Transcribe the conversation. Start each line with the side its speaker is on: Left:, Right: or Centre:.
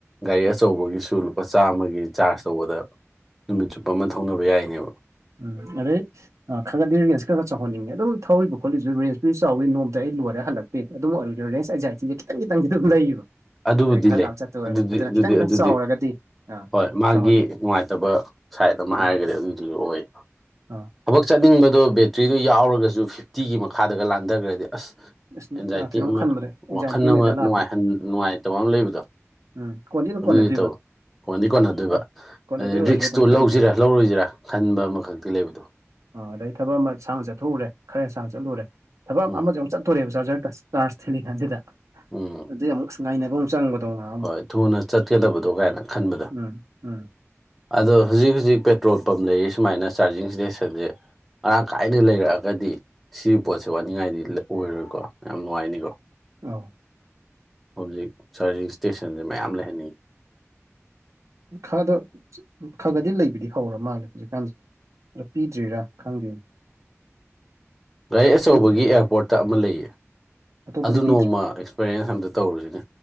Centre: ꯒꯥꯔꯤ ꯑꯆꯧꯕꯒꯤꯁꯨ ꯂꯨꯄꯥ ꯆꯥꯝꯃꯒꯤ ꯆꯥꯔꯖ ꯇꯧꯕꯗ ꯅꯨꯃꯤꯠ ꯆꯨꯞꯄꯃ ꯊꯧꯅꯕ ꯌꯥꯏꯅꯦꯕ
Right: ꯎꯝ ꯑꯗꯩꯩ ꯈꯔꯒꯗꯤ ꯔꯦꯟꯖ ꯈꯔ ꯆꯥꯎꯍꯟꯅꯤꯡꯉꯦ ꯑꯗꯨꯝ ꯊꯧꯔꯤꯕ ꯈꯣꯠꯂꯤꯁꯨ ꯔꯦꯟꯁꯇꯨꯁꯨ ꯆꯥꯎꯋꯂꯏ ꯅꯣꯡꯃ ꯂꯇ ꯑꯩ ꯂꯣꯏꯔ ꯍꯜꯂꯛ ꯇꯦ ꯑꯗꯨꯝ ꯑꯣꯏꯔꯁꯨ ꯔꯦꯟꯁ ꯑꯦꯖꯥꯏꯇꯤꯁꯦ ꯈꯤꯇꯪ ꯈꯤꯇꯪꯗꯤ ꯑꯗꯨꯝ ꯂꯩꯌꯦꯕ
Centre: ꯑꯗꯨꯕꯨꯗꯤ
Right: ꯍꯥꯏꯗꯤ ꯈꯔ
Centre: ꯂꯩ
Right: ꯂꯥꯞꯅ ꯆꯠꯇꯣꯏ
Centre: ꯍꯣꯏ
Right: ꯑꯣꯏꯔꯒꯗꯤ
Centre: ꯑꯗꯨꯗꯤ
Right: ꯑꯗꯨꯅ
Centre: ꯑꯗꯨꯗꯤ
Right: ꯈꯤꯇꯪ ꯈꯤꯇꯪ
Centre: ꯑꯗꯨꯗꯤ
Right: ꯆꯥꯎꯔꯒꯗꯤ ꯑ
Centre: ꯍꯣꯏ ꯃꯥꯒꯤ
Right: ꯆꯥꯎꯍꯟꯅꯤꯡꯉꯤ
Centre: ꯅꯨꯡꯉꯥꯏꯇꯕ ꯁꯥꯏꯠ ꯑꯃ
Right: ꯎꯝ
Centre: ꯍꯥꯏꯔꯒꯗꯤ ꯑꯗꯨꯗꯨꯁꯨ ꯑꯣꯏ
Right: ꯑꯥ
Centre: ꯊꯕꯛ ꯆꯠꯅꯤꯡꯕꯗꯣ ꯕꯦꯇ꯭ꯔꯤꯗꯨ ꯌꯥꯎꯔꯒꯁꯨ ꯐꯤꯐꯇꯤꯒꯤ ꯃꯈꯥꯗꯒ ꯂꯥꯟꯗꯈꯒꯔꯥꯗꯤ ꯑꯁ
Right: ꯑꯁ
Centre: ꯑꯦꯟꯖꯥꯏꯇꯤ
Right: ꯌꯥ ꯀꯩꯅꯣꯝ
Centre: ꯑꯃ
Right: ꯈꯟꯕꯗꯣ ꯑꯦꯡꯖꯥꯏꯇꯤ
Centre: ꯋꯥꯈꯟ ꯑꯃ
Right: ꯍꯦꯛꯇ ꯂꯥꯛꯄꯗꯣ
Centre: ꯅꯨꯡꯉꯥꯏꯍꯟ ꯅꯨꯡꯉꯥꯏꯇꯕ ꯑꯃ ꯂꯩꯕꯗꯣ
Right: ꯎꯝ ꯀꯣꯟꯗꯤ ꯑꯗꯨꯝ
Centre: ꯑꯗꯨꯗꯤ
Right: ꯀꯣꯟꯅꯗꯣꯏꯕ
Centre: ꯇꯧꯏ ꯀꯣꯟꯗꯤ ꯀꯣꯟꯅꯗꯣꯏꯕ
Right: ꯍꯣꯏ ꯀꯣꯟꯅꯗꯣꯏ
Centre: ꯑꯗꯩ
Right: ꯑꯣꯏꯔꯁꯨ
Centre: ꯔꯤꯛꯁꯇꯨ
Right: ꯑꯗꯨꯝ ꯈꯟꯕꯗꯣ
Centre: ꯂꯧꯁꯤꯔꯥ ꯂꯧꯔꯣꯏꯁꯤꯔꯥ ꯈꯟꯕ ꯑꯃꯈꯛꯇꯤ ꯂꯩꯕꯗꯣ
Right: ꯑ ꯑꯗꯩ ꯊꯕꯛ ꯑꯃ ꯁꯥꯡꯅ ꯆꯠꯊꯣꯛꯎꯔꯦ ꯈꯔ ꯁꯥꯡꯅ ꯆꯠꯂꯨꯔꯦ ꯊꯕꯛ
Centre: ꯎꯝ
Right: ꯑꯃꯖꯦꯃꯨꯛ ꯆꯠꯇꯣꯔꯦꯕ ꯆꯥꯔꯖꯔꯗꯁ ꯆꯥꯔꯖ ꯊꯤꯜꯂꯤꯀꯥꯟꯁꯤꯗ
Centre: ꯎꯝ
Right: ꯑꯗꯨꯏ ꯑꯃꯨꯛ ꯉꯥꯏꯅꯕ ꯑꯃꯨꯛ ꯆꯪꯕꯗꯧ ꯉꯍꯥꯛ
Centre: ꯍꯣꯏ ꯊꯨꯅ ꯆꯠꯀꯗꯕꯗꯣ ꯀꯥꯏꯅ ꯈꯟꯕꯗꯣ
Right: ꯎꯝ ꯎꯝ
Centre: ꯑꯗꯣ ꯍꯨꯖꯤꯛ ꯍꯨꯖꯤꯛ ꯄꯦꯇ꯭ꯔꯣꯜ ꯄꯝ ꯂꯩꯔꯤ ꯁꯨꯃꯥꯏꯅ ꯆꯥꯔꯖꯤꯡ ꯏꯁꯇꯦꯁꯟꯁꯦ ꯃꯔꯥꯡ ꯀꯥꯏꯅ ꯂꯩꯔꯛꯑꯒꯗꯤ ꯁꯤꯒꯤ ꯄꯣꯠꯁꯦ ꯋꯥꯅꯤꯡꯉꯥꯏꯗꯤ ꯑꯣꯏꯔꯣꯏꯀꯣ ꯌꯥꯝ ꯅꯨꯡꯉꯥꯏꯅꯤꯀꯣ
Right: ꯑꯧ
Centre: ꯍꯧꯖꯤꯛ ꯆꯥꯔꯖꯤꯡ ꯏꯁꯇꯦꯁꯟꯁꯦ ꯃꯌꯥꯝ ꯂꯩꯍꯟꯅꯤꯡꯉꯤ
Right: ꯈꯔꯗꯣ ꯈꯔ ꯒꯗꯤ ꯂꯩꯕꯗꯤ ꯍꯧꯔ ꯃꯥꯜꯂꯦ ꯍꯧꯖꯤꯛꯀꯥꯟꯁꯦ ꯑꯗꯣ ꯄꯤꯗ꯭ꯔꯤꯔꯥ ꯈꯪꯗꯦ
Centre: ꯒꯥꯔꯤ ꯑꯆꯧꯕꯒꯤ
Right: ꯑꯩꯗꯤ
Centre: ꯑꯦꯌꯥꯔꯄꯣꯔꯠꯇ ꯑꯃ ꯂꯩꯌꯦ
Right: ꯑꯇꯣꯞꯄꯗꯤ
Centre: ꯑꯗꯨ
Right: ꯄꯤꯗ꯭ꯔꯤ
Centre: ꯅꯣꯡꯃ ꯑꯦꯛꯁꯄꯔꯌꯦꯟꯁ ꯑꯝꯇ ꯇꯧꯔꯨꯁꯤꯅꯦ